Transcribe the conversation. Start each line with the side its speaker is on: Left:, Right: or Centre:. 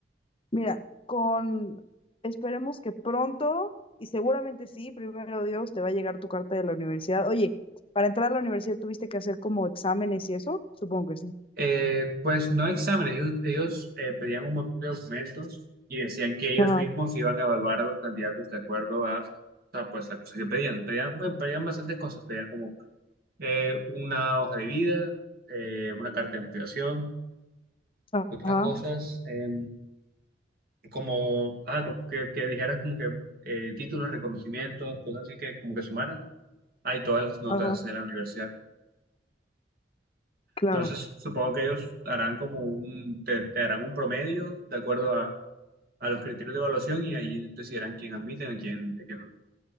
Left: Mira, con esperemos que pronto, y seguramente sí, primero Dios, te va a llegar tu carta de la universidad. Oye, para entrar a la universidad tuviste que hacer como exámenes y eso, supongo que sí.
Right: Eh, pues no exámenes, ellos, ellos, eh, pedían un montón de documentos y decían que ellos
Left: Ajá,
Right: mismos iban a evaluar a los candidatos de acuerdo a, o sea, pues, la cosa que pedían. Pedían, bueno, pedían bastantes cosas, pedían como eh, una hoja de vida, eh, una carta de motivación,
Left: ajá,
Right: otras cosas. eh, como, ah, co- que, que dijeras como que eh, títulos, reconocimientos, cosas así que como que sumaran, hay todas las notas
Left: ajá,
Right: de la universidad.
Left: claro.
Right: Entonces, supongo que ellos harán como un, te, te harán un promedio de acuerdo a, a los criterios de evaluación y ahí decidirán quién admiten, a quién, a quién no.